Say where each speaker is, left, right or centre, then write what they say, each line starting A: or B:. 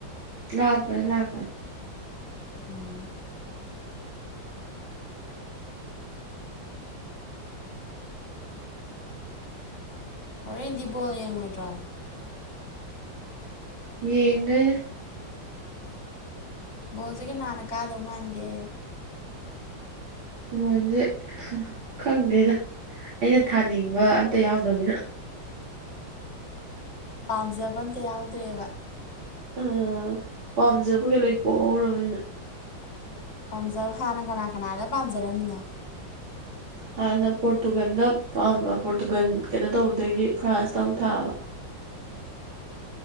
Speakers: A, on the right; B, on the left.
A: ꯂꯥꯛꯄꯅꯤ ꯂꯥꯛꯄꯅꯤ
B: ꯎꯝ ꯍꯣꯔꯦꯟꯗꯤ ꯕꯣꯜ ꯌꯦꯡꯉꯣꯏꯗ꯭ꯔꯣ
A: ꯌꯦꯡꯗꯣꯏꯅꯦ
B: ꯎꯝ ꯕꯣꯜꯁꯤ ꯀꯅꯥꯅ ꯀꯥꯗꯧ ꯃꯥꯟꯒꯦ
A: ꯕꯣꯟꯖꯦ ꯈꯪꯗꯦꯗ ꯑꯩꯅ ꯊꯥꯅꯤꯡꯕ ꯑꯝꯇ ꯌꯥꯎꯗꯝꯅꯤꯅ
B: ꯄꯥꯝꯖꯕ ꯑꯝꯇ ꯌꯥꯎꯗ꯭ꯔꯦꯕ
A: ꯑ ꯄꯥꯝꯖꯕ ꯈꯩ ꯂꯣꯏ ꯄꯣꯍꯧꯔꯕꯅꯤꯅ
B: ꯄꯥꯝꯖꯕ ꯍꯥꯟꯅ ꯀꯅꯥ ꯀꯅꯥꯗ ꯄꯥꯝꯖꯔꯝꯃꯤꯅꯣ
A: ꯍꯥꯟꯅ ꯄꯣꯔꯇꯨꯒꯜꯗ ꯄꯥꯝꯕ ꯄꯣꯔꯇꯨꯒꯟ ꯀꯩꯅꯣ ꯇꯧꯕꯗꯒꯤ ꯐ꯭ꯔꯥꯟꯁꯇ ꯑꯃꯨꯛ ꯊꯥꯕ